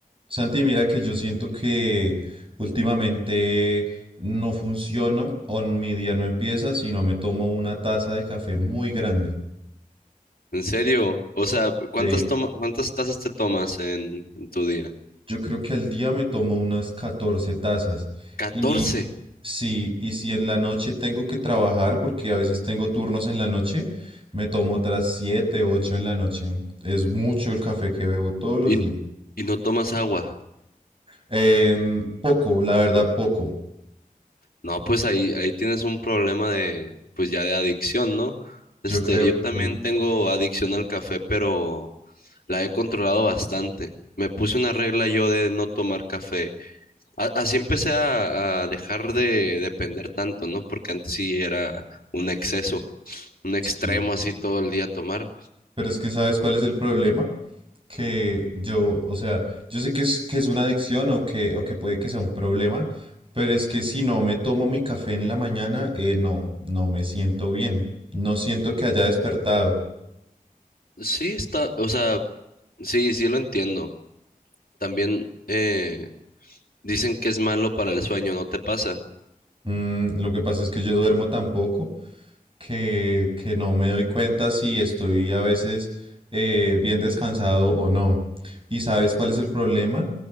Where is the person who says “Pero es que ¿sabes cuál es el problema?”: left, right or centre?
Right